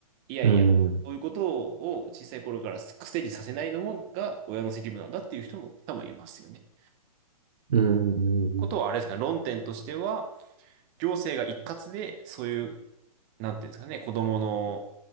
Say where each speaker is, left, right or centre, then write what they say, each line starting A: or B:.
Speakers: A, on the right; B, on the right.
A: いやいや、
B: うん。
A: そういうことを小さい頃から癖にさせないのもが親の責務なんだっていう人も多分いますよね。
B: うん。
A: ことはあれですかね、論点としては、行政が一括でそういうなんていうんですかね、子供の、